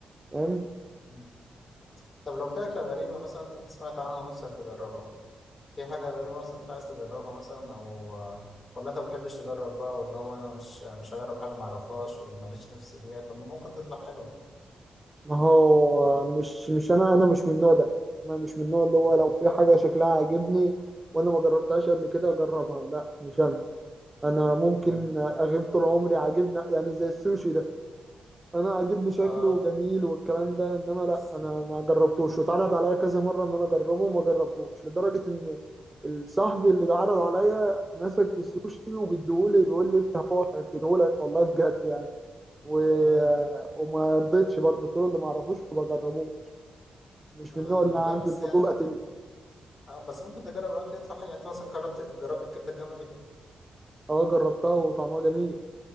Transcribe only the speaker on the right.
فاهم
ما هو مش مش انا انا مش من النوع ده انا مش من النوع اللي هو
لو في حاجه شكلها عاجبني وانا ما جربتهاش قبل كده اجربها لا مش انا انا ممكن
اغيب طول عمري عاجبنا يعني زي السوشي ده انا عاجبني شكله
جميل والكلام ده انما لا
انا ما جربتوش واتعرض عليا كذا مره ان انا اجربه وما جربتوش لدرجه ان صاحبي اللي عرض عليا مسك السوشي وبيديهولي بيقول لي افتح بقى اكلهولك والله بجد يعني و...
وما رضيتش برضه طول اللي ما اعرفوش ما بجربوش مش
من النوع اللي عندي
الفضول
اتم
اه جربتها وطعمها جميل